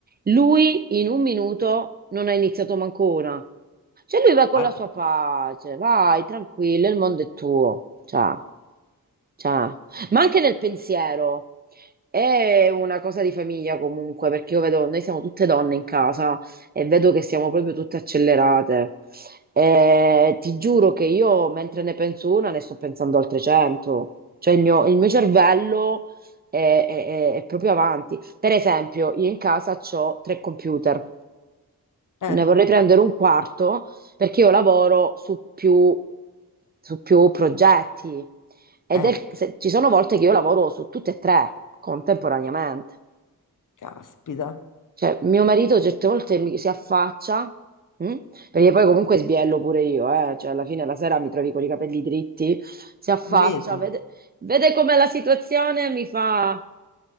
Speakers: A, on the right; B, on the left.
A: Lui in un minuto non ha iniziato manco una. Cioè lui va con
B: Ah,
A: la sua pace, vai, tranquillo, il mondo è tuo. Ciao, ciao. Ma anche nel pensiero. È una cosa di famiglia comunque, perché io vedo, noi siamo tutte donne in casa e vedo che siamo proprio tutte accelerate. E ti giuro che io, mentre ne penso una, ne sto pensando altre 100. Cioè il mio, il mio cervello è, è- è- è proprio avanti. Per esempio, io in casa ho tre computer
B: Eh,
A: ne vorrei prendere un quarto perché io lavoro su più, su più progetti ed
B: eh,
A: è- se- ci sono volte che io lavoro su tutte e tre contemporaneamente.
B: caspita.
A: Cioè, mio marito certe volte mi, si affaccia, mh? perché poi comunque
B: non
A: sbiello pure io, eh? Cioè, alla fine la sera mi trovi con i capelli dritti, si affaccia,
B: ci credo.
A: vede, vede com'è la situazione e mi fa,